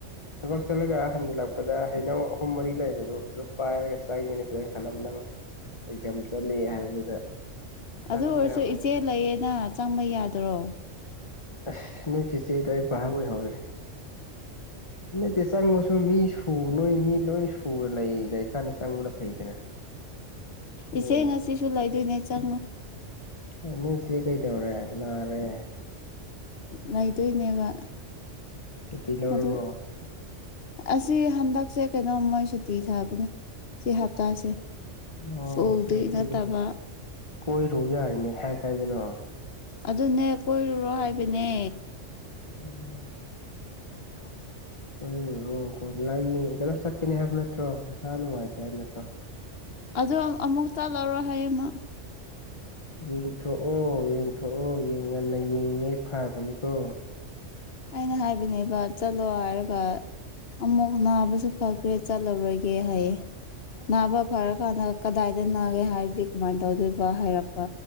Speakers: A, on the left; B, on the left.
A: ꯊꯕꯛ ꯆꯠꯂꯒ ꯍꯟꯖꯤꯜꯂꯛꯄꯗ ꯍꯩꯅꯧ ꯑꯍꯨꯝ ꯃꯔꯤ ꯂꯩꯕꯗꯣ ꯑꯗꯨ ꯄꯥꯏꯔꯒ ꯆꯪꯉꯤꯅꯤ ꯐꯖꯅ ꯈꯜꯂꯝꯕ ꯅꯪ ꯑꯦꯛꯖꯥꯝ ꯆꯠꯂꯤ ꯍꯥꯏꯕꯗꯨꯗ ꯆꯪꯗ꯭ꯔꯕꯅꯦ
B: ꯑꯗꯨ ꯑꯣꯏꯔꯁꯨ ꯏꯆꯦ ꯂꯩꯌꯦꯅ ꯆꯪꯕ ꯌꯥꯗ꯭ꯔꯣ
A: ꯑꯁ ꯅꯪ ꯆꯤꯆꯦꯗꯣ ꯑꯩ ꯕꯍꯥꯛ ꯑꯣꯏꯍꯧꯗ꯭ꯔꯦ ꯅꯠꯇꯦ ꯆꯪꯕꯁꯨ ꯃꯤ ꯁꯨ ꯅꯣꯏ ꯃꯤ ꯂꯣꯏ ꯁꯨꯔ ꯂꯩꯗ ꯀꯥꯟꯗ ꯆꯪꯕꯗ ꯐꯩꯗꯅ ꯅꯣꯏ
B: ꯏꯆꯦ ꯉꯁꯨ ꯂꯩꯗꯣꯏꯅꯦ ꯆꯪꯉꯣ
A: ꯍꯣꯏ ꯅꯣꯏꯁꯦ ꯀꯩꯗꯧꯔꯦ ꯅꯥꯔꯦ
B: ꯂꯩꯗꯣꯏꯅꯦꯕ
A: ꯁꯨꯇꯤ ꯂꯧꯔꯕꯣ
B: ꯑꯗꯨ ꯑꯁꯤ ꯍꯟꯗꯛꯁꯦ ꯀꯩꯅꯣꯝ ꯃꯣꯏ ꯁꯨꯇꯤ ꯊꯥꯕꯅꯦ ꯁꯤ ꯍꯞꯇꯥꯁꯦ
A: ꯑꯣ
B: ꯍꯗꯤ
A: ꯑꯗꯨꯗꯤ
B: ꯅꯠꯇꯕ
A: ꯀꯣꯏꯔꯨ ꯌꯥꯔꯦꯅꯦ ꯀꯥꯏ ꯀꯥꯏꯗꯅꯣ
B: ꯑꯗꯨꯅꯦ ꯀꯣꯏꯔꯨꯔꯣ ꯍꯥꯏꯕꯅꯦ
A: ꯎꯝ
B: ꯃ
A: ꯀꯔꯨꯔꯣ ꯑꯩꯈꯣꯏ ꯂꯥꯏꯌꯦꯡ ꯀꯩꯅꯣ ꯆꯠꯀꯅꯤ ꯍꯥꯏꯕ ꯅꯠꯇ꯭ꯔꯣ ꯅꯨꯡꯁꯥ ꯅꯨꯡꯉꯥꯏꯇꯦ ꯍꯥꯏꯕ ꯅꯠꯇ꯭ꯔꯣ
B: ꯑꯗ ꯑꯃꯨꯛ ꯆꯠꯂꯔꯣ ꯍꯥꯏꯌꯦꯃ
A: ꯌꯦꯡꯊꯣꯛꯑꯣ ꯌꯦꯡꯊꯣꯛꯑꯣ ꯉꯟꯅ ꯌꯦꯡꯤꯉꯩ ꯐꯔꯕꯅꯤꯀꯣ
B: ꯑꯩꯅ ꯍꯥꯏꯕꯅꯦꯕ ꯆꯠꯂꯣ ꯍꯥꯏꯔꯒ ꯑꯃꯨꯛ ꯅꯥꯕꯁꯨ ꯐꯈꯤ ꯀ꯭ꯔꯦ ꯆꯠꯂꯔꯣꯏꯒꯦ ꯍꯥꯏꯌꯦ ꯅꯥꯕ ꯐꯔ ꯀꯥꯟꯗ ꯀꯗꯥꯏꯗ ꯅꯥꯒꯦ ꯍꯥꯏꯔꯗꯤ ꯀꯃꯥꯏꯅ ꯇꯧꯗꯣꯏꯕ ꯍꯥꯏꯔꯛꯄ